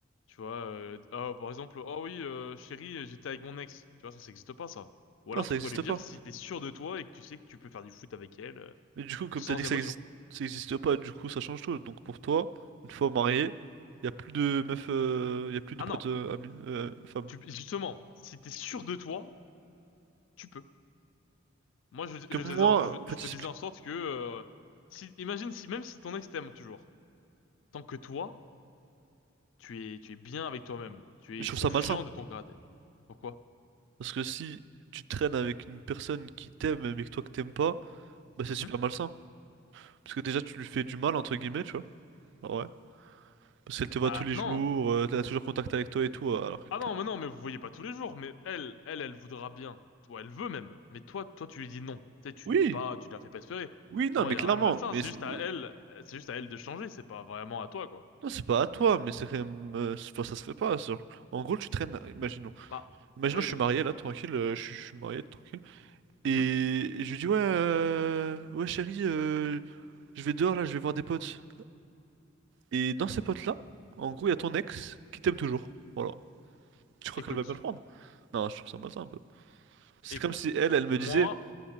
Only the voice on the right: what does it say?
Non, ça
existe
pas.
Mais du coup, comme
t'as dit que
ça existe, ça existe pas, du coup, ça change tout. Donc pour toi, une fois marié, y a plus de meufs, euh, y a plus de
potes
euh, amis, euh, femmes.
Que
moi,
en
fait,
j'explique-
je
trouve
ça malsain.
Parce que si tu traînes avec une personne qui t'aime, mais que toi que t'aimes pas, bah c'est
super malsain. Parce que déjà, tu lui fais du mal, entre guillemets, tu vois. Ah ouais. Parce qu'elle te voit
tous les
jours, euh, elle a toujours contact avec toi et tout, euh, alors que...
t'as-
Oui,
oui, non,
mais
clairement,
mais,
c'est-
mais-
non, c'est pas à toi, mais c'est quand même, euh, c'est- enfin, ça se fait pas, genre. En gros, tu traînes, imaginons.
Imaginons,
je
suis marié là, tranquille, euh, je, suis je suis marié, tranquille.
Et, et je lui dis, ouais, euh, ouais chérie, euh, je vais dehors là, je vais voir des potes. Et dans ces potes là, en gros, il y a ton ex qui t'aime toujours. Voilà. Tu crois
qu'elle va bien le prendre? Non, je trouve ça malsain un peu. C'est
comme si elle, elle me
disait,